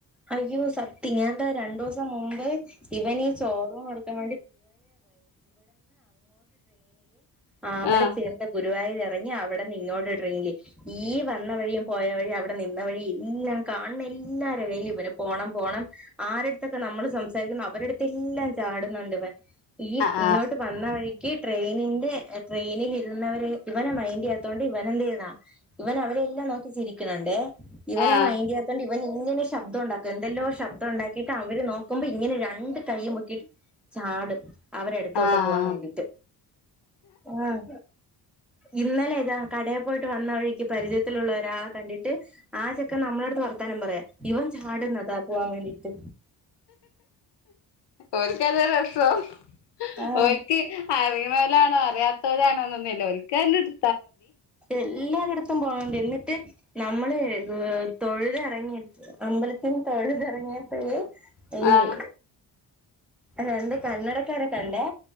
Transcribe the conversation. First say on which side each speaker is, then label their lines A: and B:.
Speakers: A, in the centre; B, on the left.
A: അയ്യോ സത്യ ഞൻ എന്താ രണ്ടു ദിവസം മുമ്പേ ഇവൻ ഈ ചോർവും കൊടുക്കാൻ ആ അവിടെ
B: ആഹ്
A: ചേർത്ത ഗുരുവായൂര ഇ അവിടെന്ന് ഇങ്ങോട്ട് ഇടില് ഈ വന്ന വഴിയും പോയ വഴി അവിടെ നിന്ന വഴി എല്ലാം കാണുന്ന എല്ലര കയിലും ഇവര് പോണം പോണം ആരു അടുത്തൊക്കെ നമ്മള് സംസാരിക്കുന്ന അവടെടുത്ത് എല്ലാം ചാടുന്നുണ്ട് ഇവൻ ഈ
B: ആഹ്
A: ഇങ്ങോട്ട് വന്ന വഴി ഈ ട്രെയിനിന്റെ ട്രെയിനിൽ ഇരുന്നവര് ഇവനെ മൈൻഡ്യ്യാത്തോണ്ട് ഇവൻ എന്തെയ്യ്തെന്ന ഇവൻ അവരെ എല്ലാം നോക്കി ചിരിക്കണുണ്ടേ ഇവനെ
B: ആഹ്
A: മൈൻഡ്യ്യാത്തോണ്ട് ഇ വന് ഇങ്ങനെ ശബ്ദം ഉണ്ടാക്കും എന്തെല്ലോ ശബ്ദം ഉണ്ടാക്കിട്ട് അവര് നോക്കുമ്പോ ഇങ്ങനെ രണ്ട് കയ്യും പൊക്കീട്ട് ചാടും. അവരടുത്തോട്ട്
B: ആഹ് ആഹ്
A: പോവാൻ വേണ്ടിട്ട്. ആഹ് ഇന്നലെ ഇതാ കടേ പോയിട്ട് വന്ന വഴിക്ക് പരിചയത്തിലുള്ള ഒരാളെ കണ്ടിട്ട് ആ ചെക്കൻ നമ്മളെ അടുത്ത് വർത്താനം പറയ. ഇവൻ ചാട്ന്നത പോവാൻ വേണ്ടി ട്ട്
B: ഓൽക്കതൊരു രസം.
A: ആഹ്
B: ഓൽക്ക് അറിയ്ണോലാണോ അ റയാത്തോരാണോന്നൊന്നുല്ല ഓൽക്കങ്ങ്ട്
A: എല്ലാരടുത്തും പോണ് ണ്ട് എന്നിട്ട് ന മ്മള് ഏ തൊഴുത് ഇറങ്ങി അമ്പലത്തിന്ന് തൊഴുത് ഇറങ്ങിയപ്പഴ് ഏ
B: ആഹ്
A: രണ്ട് കന്നടക്കാരെ കണ്ടേ